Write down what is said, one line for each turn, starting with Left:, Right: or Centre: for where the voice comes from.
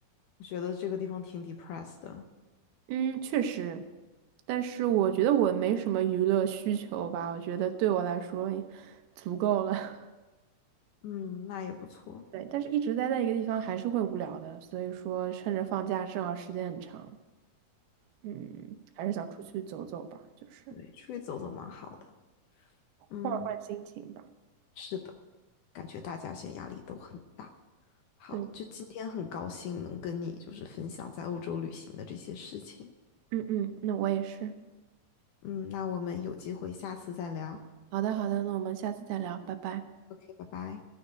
Left: 我觉得这个地方挺 depressed 的。
Right: 嗯，确实，但是我觉得我没什么娱乐需求吧，我觉得对我来说也足够了。
Left: 嗯，那也不错，
Right: <laughs> 对，但是一直待在一个地方还是会无聊的，所以说趁着放假正好时间很长，嗯，还是想出去走走吧，就是
Left: 对，出去走走蛮好的。嗯，
Right: 换换心情吧。
Left: 是的，感觉大家现在压力都很大。好，
Right: 对，
Left: 就今天很高兴能跟你就是分享在欧洲旅行的这些事情。
Right: 嗯嗯，那我也是。
Left: 嗯，那我们有机会下次再聊。
Right: 好的，好的，那我们下次再聊，拜拜。
Left: OK，拜拜。